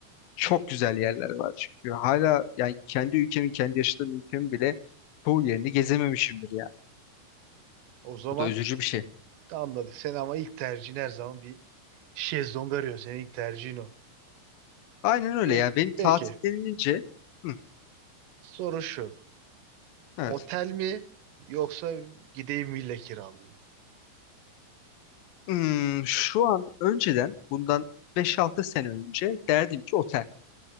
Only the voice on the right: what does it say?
O zaman
Anladık seni ama ilk tercihin her zaman bir şezlong arıyor. Senin ilk tercihin o.
Ve
peki
soru şu.
Otel mi yoksa gideyim villa kiralayayım?